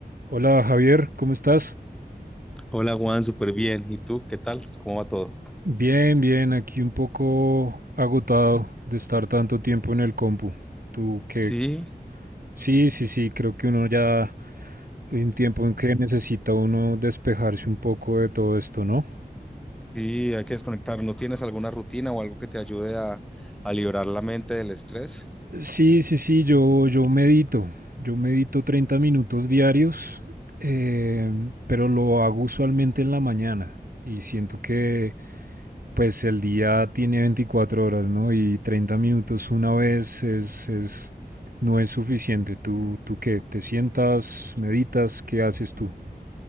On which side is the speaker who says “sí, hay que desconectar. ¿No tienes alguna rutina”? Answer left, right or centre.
Centre